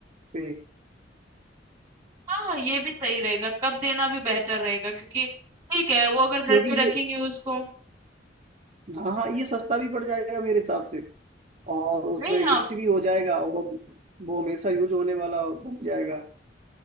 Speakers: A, on the right (about 35°); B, on the right (about 15°).
A: पे
B: हाँ, ये भी सही रहेगा। कब देना भी बेहतर रहेगा क्योंकि ठीक है, वो अगर
A: क्योंकि
B: घर पे रखेंगे
A: ये
B: उसको
A: हाँ हाँ ये सस्ता भी पड़ जाएगा मेरे हिसाब से और उसमें
B: नहीं, हाँ,
A: गिफ्ट भी हो जाएगा और वो हमेशा यूज होने वाला बन जाएगा